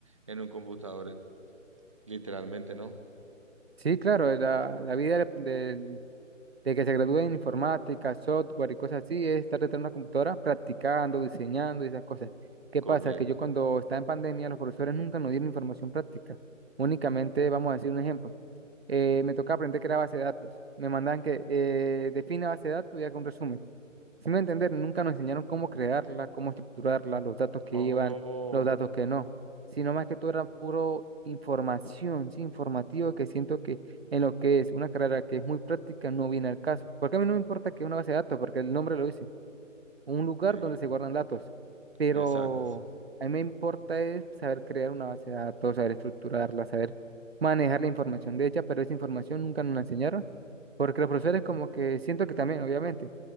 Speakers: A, on the right; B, on the right.
A: en un computador, literalmente, ¿no?
B: Sí, claro, la, la vida de, del- de que se gradúe en informática, software y cosas así, es estar detrás de una computadora practicando, diseñando y esas cosas. ¿Qué
A: Correcto.
B: pasa? Que yo cuando estaba en pandemia, los profesores nunca nos dieron información práctica. Únicamente, vamos a decir un ejemplo, eh, me tocaba aprender que era base de datos. Me mandaban que eh, defina base de datos y haga un resumen. Si me entender, nunca nos enseñaron cómo crearla, cómo estructurarla, los datos que
A: Oh,
B: iban, los datos que no, sino más que todo era puro información, sí, informativo, que siento que en lo que es una carrera que es muy práctica no viene al caso. Porque a mí no me importa que es una base de datos, porque el nombre lo dice un lugar
A: sí,
B: donde se guardan datos. Pero
A: exacto, sí.
B: a mí me importa es saber crear una base de datos, saber estructurarla, saber manejar la información de ella, pero esa información nunca nos la enseñaron, porque los profesores como que siento que también, obviamente,